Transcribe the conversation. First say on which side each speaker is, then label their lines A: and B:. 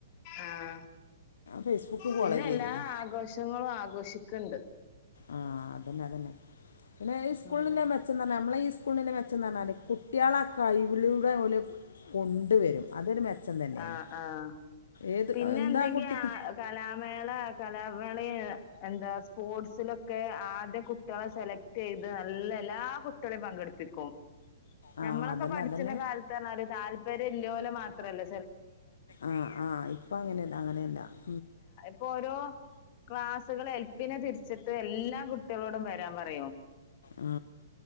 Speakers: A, on the left; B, on the left.
A: ആഹ
B: ഫേസ്ബുക്ക് ഫോളോ
A: പിന്നെ
B: ചെയ്തിരുന്നു
A: എല്ലാ ആഘോഷങ്ങളും ആഘോഷിക്കുന്നുണ്ട്
B: ആ അതന്നെ അതന്നെ പിന്നെ ഈ സ്കൂള
A: ആഹ്
B: മെച്ചെന്ന് പറഞ്ഞാൽ നമ്മളെ ഈ സ്കൂളിന്റെ മെച്ചെന്ന് പറഞ്ഞാൽ കുട്ടികള ആ കഴിവിലൂടെ കൊണ്ടുവരും അതൊരു മെച്ചം തന്നെയാണ്
A: ആഹ് ആഹ്
B: ഏത്
A: പിന്നെ
B: എന്താ
A: എന്തെങ്കി
B: കുട്ടിക്ക്
A: ആ കലാമേള കലാമേള എന്താ സ്പോർട്സിലൊക്കെ ആദ്യ കുട്ടികളെ സെലക്ട് ചെയ്ത് നല്ല എല്ലാ കുട്ടികളും പങ്കെടുപ്പിക്കും
B: ആ
A: ഞമ്മളൊക്കെ
B: അതന്നെ
A: പഠിച്ചുന്ന
B: അതന്നെ
A: കാലത്ത്ഞ്ഞല് താല്പര്യം ഉള്ളോലെ മാത്രല്ല
B: ആഹ ആഹ് ഇപ്പൊ അങ്ങനെയല്ല അങ്ങനെയല്ല ഉ
A: ഇപ്പോ ഓരോ ക്ലാസ്സുകൾ എൽപിനെ തിരിച്ചിട്ട് എല്ലാ കുട്ടികളോടും വരാൻ പറയും
B: ആ